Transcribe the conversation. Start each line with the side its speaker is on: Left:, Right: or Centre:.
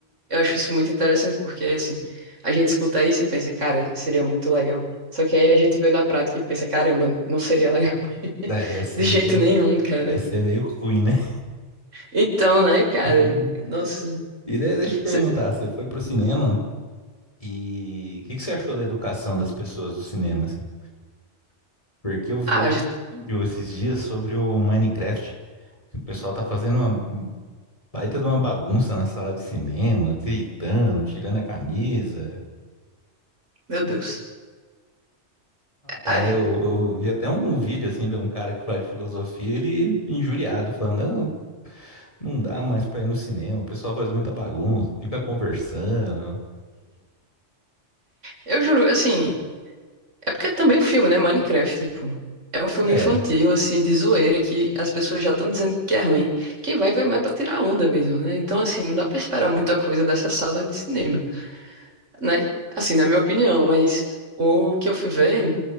Right: eu acho isso muito interessante, porque, assim, a gente escuta isso e pensa, cara, seria muito legal. Só que aí a gente vê na prática e pensa, caramba, não seria legal. <laughs>
Left: é, ia ser
Right: De jeito
Left: meio,
Right: nenhum, cara.
Left: ia ser meio ruim, né? <laughs>
Right: Então, né, cara?
Left: E
Right: Nossa.
Left: e daí, deixa eu te perguntar,
Right: cê-
Left: você foi pro cinema e o que, que você achou da educação das pessoas do cinema, assim? Porque eu vi,
Right: Ah,
Left: ouvi
Right: j-
Left: um vídeo esses dias sobre o Minecraft, que o pessoal tá fazendo uma um baita de uma bagunça na sala de cinema, gritando, tirando a camisa.
Right: meu Deus.
Left: É,
Right: Ah,
Left: eu, eu vi até um vídeo assim de um cara que fala de filosofia, ele injuriado, falando, não, não dá mais pra ir no cinema, o pessoal faz muita bagunça, fica conversando.
Right: eu juro, assim. É porque é também um filme, né? Minecraft, tipo. É um filme
Left: É,
Right: infantil, assim, de zoeira, que as pessoas já estão dizendo que é ruim. Quem vai, vai mais pra tirar onda mesmo, né? Então, assim, não dá pra esperar muita coisa dessa sala de cinema, né? Assim, na minha opinião, mas o que eu fui ver.